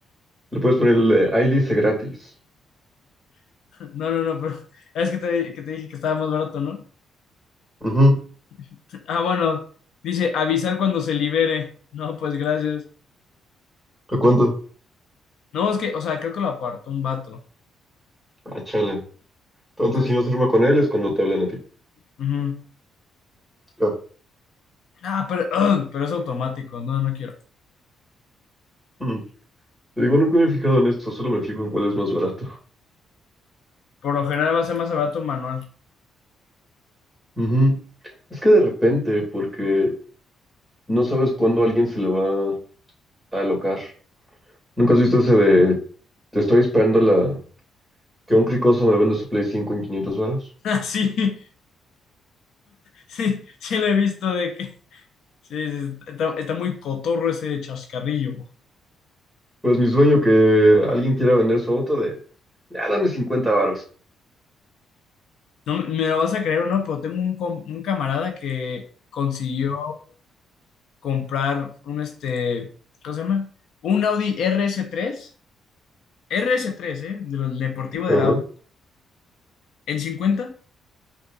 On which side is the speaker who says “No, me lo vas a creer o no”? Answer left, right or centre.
Left